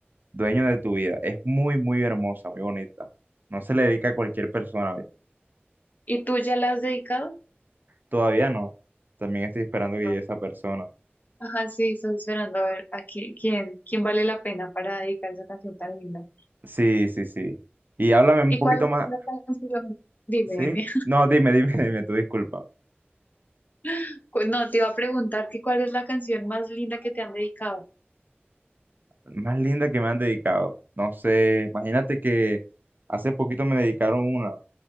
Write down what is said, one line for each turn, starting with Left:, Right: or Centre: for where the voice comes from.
Right: Dueño de tu vida. Es muy, muy hermosa, muy bonita. No se le dedica a cualquier persona. ¿ves?
Left: ¿Y tú ya la has dedicado?
Right: Todavía no. También estoy esperando que
Left: No.
Right: llegue esa persona.
Left: Ajá, sí, estás esperando a ver a qui- quién, quién vale la pena para dedicar esa canción tan linda.
Right: Sí, sí, sí. Y háblame un
Left: ¿Y
Right: poquito
Left: cuál es
Right: más.
Left: la canción? Dime,
Right: ¿Sí?
Left: dime.
Right: No, dime, dime, <laughs> dime, tu disculpa.
Left: <laughs> Cu- No, te iba a preguntar que cuál es la canción más linda que te han dedicado.
Right: Más linda que me han dedicado. No sé, imagínate que hace poquito me dedicaron una.